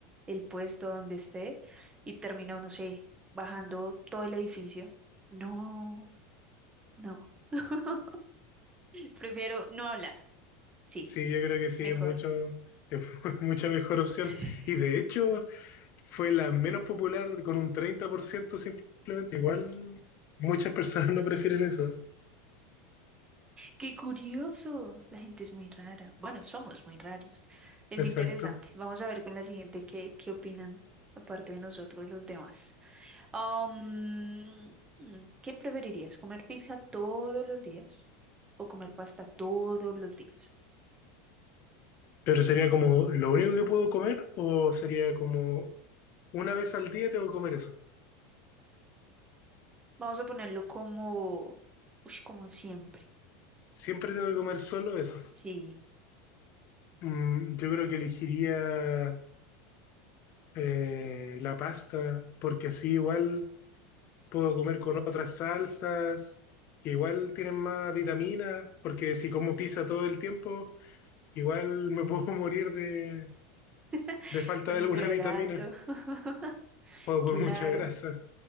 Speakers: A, on the right; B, on the left.
A: el puesto donde esté y termino, no sé, bajando todo el edificio. No, no. <laughs> Prefiero no hablar. Sí,
B: Sí, yo creo que sí,
A: mejor.
B: es mucho, es <laughs> mucha mejor opción.
A: <laughs>
B: Y de hecho, fue la menos popular con un 30% simplemente. Igual muchas personas no prefieren eso.
A: Qué curioso. La gente es muy rara. Bueno, somos muy raros. Es
B: Exacto.
A: interesante. Vamos a ver con la siguiente qué, qué opinan aparte de nosotros los demás. Am, mm, ¿qué preferirías? ¿Comer pizza todos los días o comer pasta todos los días?
B: Pero sería como lo único que puedo comer o sería como una vez al día tengo que comer eso.
A: Vamos a ponerlo como, ush, como siempre.
B: Siempre tengo que comer solo eso.
A: Sí.
B: Mm, yo creo que elegiría eh, la pasta porque así igual puedo comer con otras salsas que igual tienen más vitaminas porque si como pizza todo el tiempo igual me puedo <laughs> morir de,
A: <laughs>
B: de falta
A: Colesterol
B: de alguna vitamina
A: alto. <laughs>
B: o por
A: Claro,
B: mucha grasa.